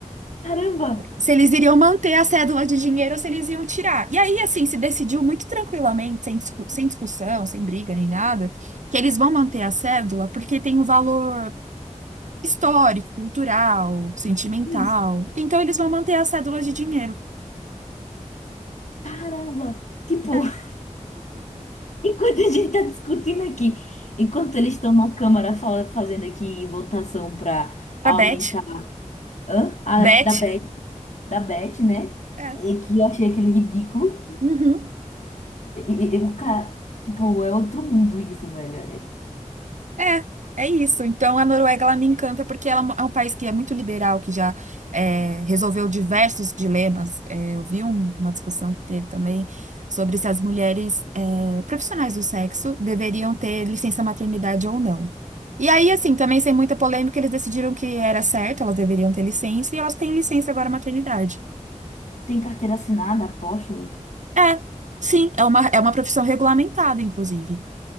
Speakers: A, on the left; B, on the right.
A: Caramba!
B: se eles iriam manter a cédula de dinheiro ou se eles iam tirar. E aí, assim, se decidiu muito tranquilamente, sem discu- sem discussão, sem briga nem nada, que eles vão manter a cédula porque tem um valor. histórico, cultural, sentimental.
A: Isso,
B: Então eles vão manter a cédula de dinheiro.
A: caramba! Tipo,
B: É.
A: <laughs> enquanto a gente tá discutindo aqui, enquanto eles estão na Câmara fa- fazendo aqui votação pra
B: Pra
A: aumentar.
B: Beth.
A: Hã? Ah,
B: Beth.
A: da BR. da Beth, né?
B: É.
A: E que eu achei aquilo ridículo.
B: Uhum.
A: E, e- e o cara, tipo, é outro mundo isso, velho.
B: É. É isso. Então a Noruega ela me encanta porque ela é um país que é muito liberal, que já é, resolveu diversos dilemas. É, eu vi um- uma discussão que teve também sobre se as mulheres é, profissionais do sexo deveriam ter licença maternidade ou não. E aí, assim, também sem muita polêmica, eles decidiram que era certo, elas deveriam ter licença, e elas têm licença agora maternidade.
A: <laughs> Tem carteira assinada, aposto.
B: É, sim, é uma, é uma profissão regulamentada, inclusive.